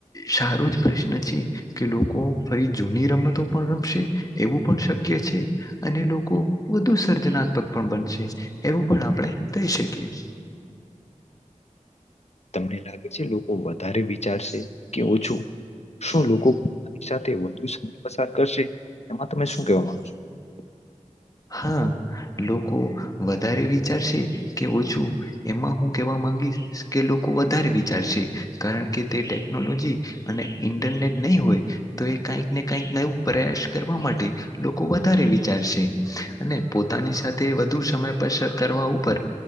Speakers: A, on the left (about 25°); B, on the left (about 55°).
A: સારો જ પ્રશ્ન છે, કે લોકો ફરી જૂની રમત તો પણ રમશે એવું પણ શક્ય છે. અને લોકો વધુ સર્જનાત્મક પણ બનશે એવું પણ આપણે કહી શકીએ. <inaudible>
B: તમને લાગે છે લોકો વધારે
A: છે અને વિચાર
B: વિચારશે
A: છે
B: કે ઓછું
A: શું શું
B: લોકો પોતાની સાથે વધુ સમય પસાર કરશે એમાં તમે શું
A: કેવાનું.
B: કહેવા માંગો છો
A: હા. લોકો વધારે વિચારશે કે ઓછું એમાં હું કેવા માંગીશ કે લોકો વધારે વિચારશે કારણ કે તે ટેકનોલોજી અને ઇન્ટરનેટ નહી હોય તો એ કઈક ને કઈક નવું પ્રયાસ કરવા માટે લોકો વધારે વિચારશે અને પોતે પોતાની સાથે વધુ સમય પસર કરવા ઉપર